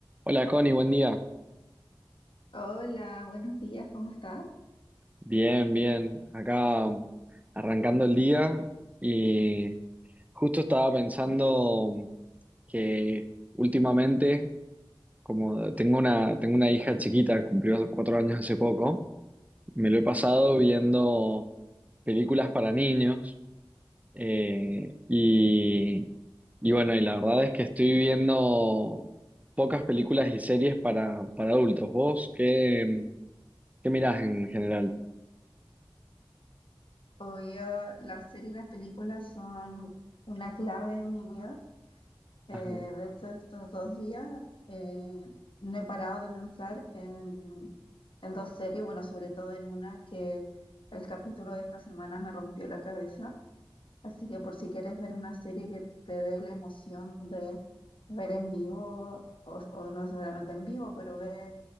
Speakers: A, on the right; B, on the left.
A: Hola Connie, buen día.
B: Hola, buenos días, ¿cómo estás?
A: Bien, bien. Acá mm, arrancando el día y justo estaba pensando mm, que últimamente, como tengo una, tengo una hija chiquita, cumplió cuatro años hace poco, me lo he pasado viendo películas para niños eh, y, y bueno, y la verdad es que estoy viendo pocas películas y series para, para adultos. ¿Vos qué, qué mirás en general?
B: Obvio, las series y las películas son una clave en mi vida. Eh,
A: <laughs>
B: de hecho, estos dos días eh, no he parado de pensar en, en dos series, bueno, sobre todo en una que el capítulo de esta semana me rompió la cabeza. Así que por si quieres ver una serie que te dé la emoción de ver en vivo, o, o no necesariamente en vivo, pero ver,